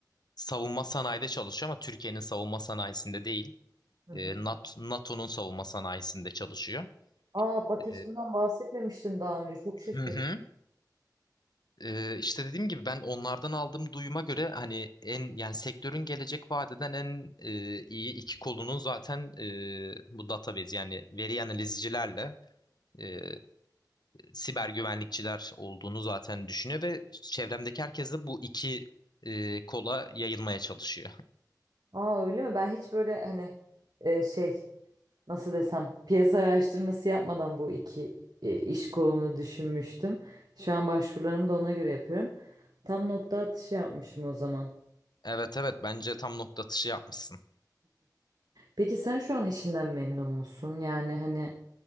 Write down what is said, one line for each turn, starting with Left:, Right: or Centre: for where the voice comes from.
Left: savunma sanayide çalışıyor ama Türkiye'nin savunma sanayisinde değil.
Right: Hı
Left: E,
Right: hı.
Left: NAT- NATO'nun savunma sanayisinde çalışıyor.
Right: Aa bak
Left: E,
Right: hiç bundan bahsetmemiştin daha önce. Çok
Left: <laughs>
Right: şaşırdım.
Left: Ee, işte dediğim gibi ben onlardan aldığım duyuma göre hani en yani sektörün gelecek vadeden en e, iyi iki kolunun zaten e, bu database yani veri analizcilerle e, siber güvenlikçiler olduğunu zaten düşünüyor ve çevremdeki herkes de bu iki e, kola yayılmaya çalışıyor. <laughs>
Right: Aa öyle mi? Ben hiç böyle hani e, şey nasıl desem piyasa araştırması yapmadan bu iki e, iş kolunu düşünmüştüm. Şu an başvurularımı da ona göre yapıyorum. Tam nokta atışı yapmışım o zaman.
Left: Evet evet bence tam nokta atışı yapmışsın.
Right: Peki sen şu an işinden memnun musun? Yani hani